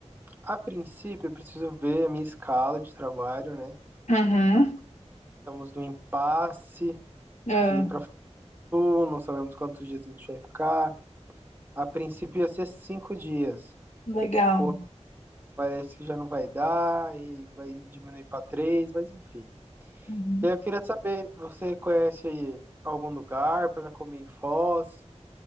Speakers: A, on the right; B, on the left.
A: a princípio eu preciso ver a minha escala de trabalho, né?
B: Uhum,
A: Estamos no impasse
B: é,
A: de ir pra Fatu, não sabemos quantos dias a gente vai ficar. A princípio ia ser cinco dias.
B: legal.
A: Pô, parece que já não vai dar, e vai diminuir pra três, mas enfim.
B: Uhum.
A: E aí eu queria saber, você conhece aí algum lugar pra comer em Foz?